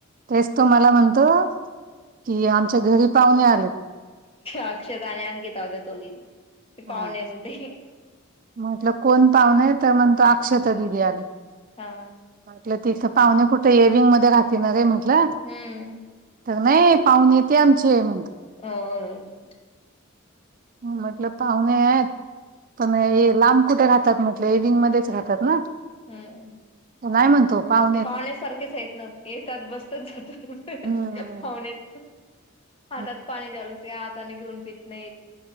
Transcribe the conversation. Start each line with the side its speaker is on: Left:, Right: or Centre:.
Right: तेच तो मला म्हणतो की आमच्या घरी पाहुणे आलेत.
Left: अक्षता आणि अंकिता <unintelligible>
Right: हा
Left: पाहुणे म्हते.
Right: म्हटलं कोण पाहुणे त म्हणतो अक्षता दिदी आली.
Left: हा
Right: म्हटलं तिथं
Left: हम्म
Right: पाहुणे कुठे ए विंग मध्ये राहती न रे म्हंटलं.
Left: हम्म.
Right: त नाही पाहुणे ते आमचे म्हणत.
Left: हो <unintelligible>
Right: म्हटलं पाहुणे आहेत पण
Left: हम्म
Right: ये लांब कुठे राहतात म्हटलं ए विंग मध्येच राहतात न
Left: हम्म
Right: नाही म्हणतो पाहू
Left: ते पाहुण्यासारखेच आहेत न येतात बसतच जातात
Right: हम्म
Left: पाहुणेच.
Right: <inaudible>
Left: हातात पाणी द्याव लागते हाताने घेऊन पित नाहीत